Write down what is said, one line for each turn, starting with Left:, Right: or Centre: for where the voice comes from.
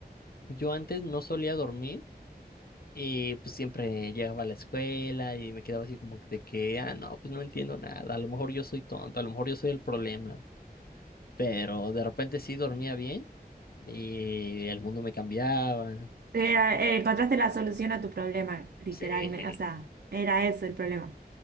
Left: yo antes no solía dormir. Y pues siempre llegaba a la escuela y me quedaba así como de que, ah, no, pues no entiendo nada, a lo mejor yo soy tonto, a lo mejor yo soy el problema, pero de repente sí dormía bien y el mundo me cambiaba.
Right: Era- eh, encontraste la solución a tu problema, literalmente.
Left: Sí,
Right: O sea, era ese el problema.